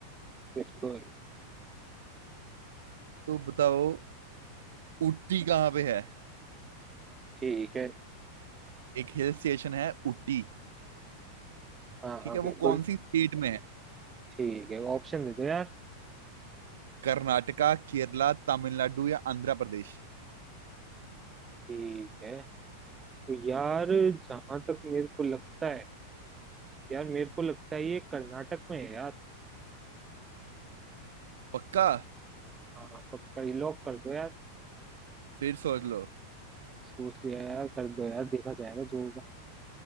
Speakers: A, on the right (about 15°); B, on the right (about 60°).
A: बिल्कुल
B: तो बताओ उटी कहाँ पे है
A: ठीक है
B: एक हिल स्टेशन है उटी
A: हाँ
B: ठीक
A: हाँ
B: है
A: बिल्कुल
B: वो कौन सी स्टेट में है
A: ठीक है ऑप्शन दे दो यार
B: कर्नाटका केरला तमिलनाडु या आंध्र प्रदेश
A: ठीक है तो यार जहां तक मेरे को लगता है यार मेरे को लगता है ये कर्नाटक में है यार
B: पक्का
A: हाँ पक्का ये लॉक कर दो यार
B: फिर सोच लो
A: सोच लिया यार कर दो यार देखा जाएगा जो होगा